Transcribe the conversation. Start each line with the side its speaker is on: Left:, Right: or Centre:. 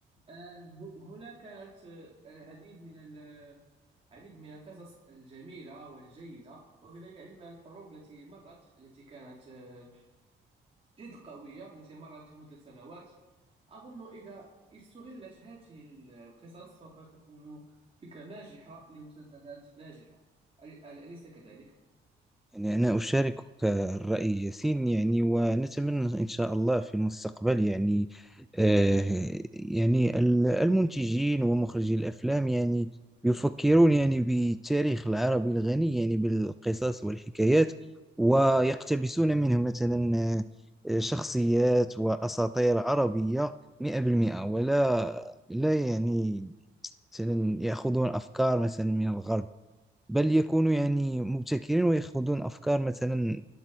Right: آه، ه- هنا كانت آه، العديد من ال- العديد من القصص الجميلة والجيدة وكذلك العديد من الحروب التي مرت التي كانت آه، جد قوية التي مرت مدة سنوات أظن إذا استغلت هذه القصص سوف تكون فكرة ناجحة لمسلسلات ناجحة أل- أليس كذلك؟
Centre: يعني أنا أشاركك الرأي ياسين يعني ونتمنى إن شاء الله في المستقبل يعني آه يعني ال- المنتجين ومخرجي الأفلام يعني يفكرون يعني بالتاريخ العربي الغني يعني بالقصص والحكايات ويقتبسون منه مثلا آه، شخصيات وأساطير عربية 100% ولا لا يعني مثلا يأخذون أفكار مثلا من الغرب بل يكونوا يعني مبتكرين ويأخذون أفكار مثلا